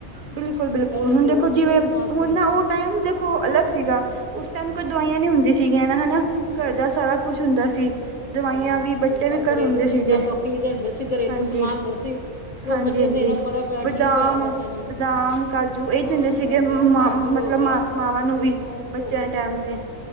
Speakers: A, on the right; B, on the left.
A: ਬਿਲਕੁਲ-ਬਿਲਕੁਲ,
B: ਪਹਿਲੇ
A: ਹੁਣ
B: ਤੇ
A: ਦੇਖੋ।
B: ਹੋਰ
A: ਜਿਵੇਂ
B: ਸੀ ਅੱਜ
A: ਹੁਣ ਨਾ ਉਹ ਟਾਈਮ ਦੇਖੋ, ਅਲੱਗ ਸੀਗਾ। ਉਸ ਟਾਈਮ ਕੋਈ
B: ਹਾਂ
A: ਦਵਾਈਆਂ ਨੀ ਹੁੰਦੀ ਸੀਗੀਆਂ ਨਾ ਹਨਾ।
B: ਕੋਈ
A: ਘਰ
B: ਨੀ
A: ਦਾ ਸਾਰਾ
B: ਹਾਂ
A: ਕੁਛ ਹੁੰਦਾ ਸੀ। ਦਵਾਈਆਂ
B: ਸਭ ਹੁੰਦਾ
A: ਵੀ
B: ਸੀ
A: ਬੱਚੇ ਵੀ ਘਰ
B: ਘਰੇਲੂ
A: ਆਉਦੇ ਸੀਗੇ।
B: ਚੀਜ਼ਾਂ ਲੋਕੀ ਦਿੰਦੇ ਸੀ ਘਰੇਲੂ
A: ਹਾਂਜੀ
B: ਸਮਾਨ ਹੁੰਦੇ ਸੀ ਉਹ
A: ਹਾਂਜੀ-ਹਾਂਜੀ।
B: ਬੱਚੇ ਨੂੰ ਦੇਣਾ ਫ਼ਰਕ ਹੋਇਆ
A: ਬਦਾਮ
B: ਠੀਕ ਹੋ ਜਾਣਾ ਬੱਚਿਆਂ ਨੇ
A: -ਬਦਾਮ ਕਾ- ਜੂ
B: ਬਦਾਮ
A: ਇਹ ਦਿੰਦੇ ਸੀਗੇ।
B: ਹੋ
A: ਮ
B: ਗਿਆ ਕਾਜੂ
A: ਮਤਲਬ
B: ਹੋ ਗਿਆ
A: ਮ ਮਾਵਾਂ ਨੂੰ
B: ਕੋਈ
A: ਵੀ
B: ਸੌਂਫ
A: ਬੱਚਿਆਂ
B: ਹੋ ਗਈ
A: ਦੇ ਟੈਮ ਤੇ।